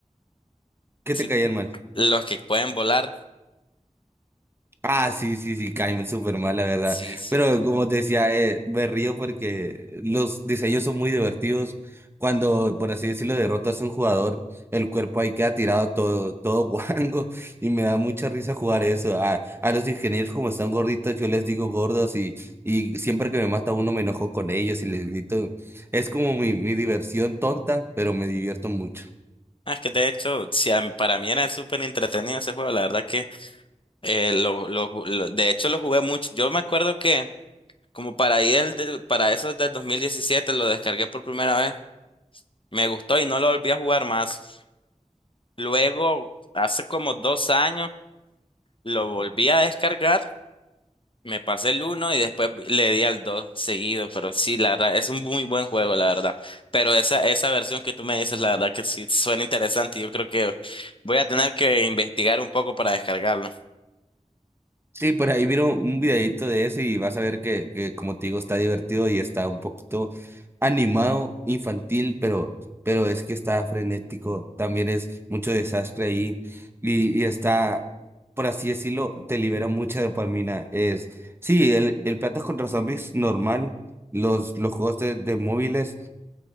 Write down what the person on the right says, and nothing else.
que
te caían mal.
Ah, sí, sí, sí, caen súper mal, la verdad.
Pero como te decía, eh, me río porque los diseños son muy divertidos. Cuando, por así decirlo, derrotas a un jugador, el cuerpo ahí queda tirado todo, todo guango <laughs> y me da mucha risa jugar eso. A, a los ingenieros, como están gorditos, yo les digo gordos y, y siempre que me mata uno me enojo con ellos y les grito. Es como mi, mi diversión tonta, pero me divierto mucho.
Sí, por ahí vieron un videito de eso y vas a ver que, que, como te digo, está divertido y está un poquito animado, infantil, pero, pero es que está frenético, también es mucho desastre ahí y, y está, por así decirlo, te libera mucha dopamina. Es, sí, el, el Plantas contra Zombies normal, los, los juegos de, de móviles.